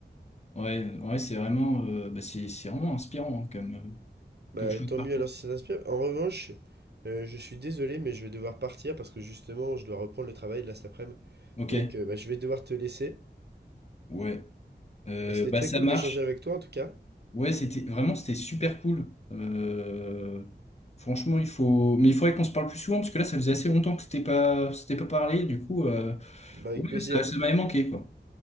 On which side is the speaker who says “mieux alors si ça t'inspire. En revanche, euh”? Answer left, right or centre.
Right